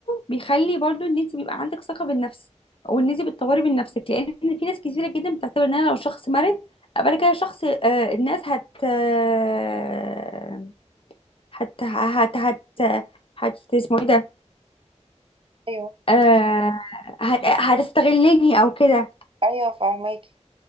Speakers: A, on the left; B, on the right.
A: بيخلي برضو ان انت بيبقى عندك ثقه بالنفس او ان انت بتطوري من نفسك لان في ناس كثيره جدا بتعتبر ان انا لو شخص مرن ابقى انا كده شخص آه الناس هت آه، هت هت هت هت اسمه ايه ده
B: ايوه
A: آه هت هتستغلني او كده
B: ايوه فاهماكي